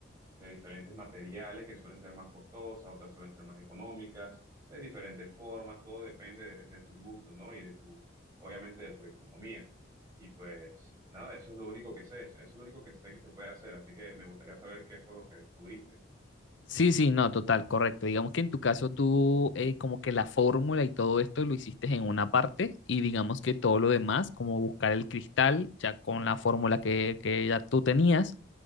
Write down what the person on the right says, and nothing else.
de diferentes materiales que suelen ser más costosas, otras suelen ser más económicas, de diferentes formas, todo depende de, de tus gustos, ¿no? Y de tu, obviamente, de tu economía. Y pues nada, eso es lo único que sé, eso es lo único que sé que se puede hacer, así que me gustaría saber qué fue lo que descubriste.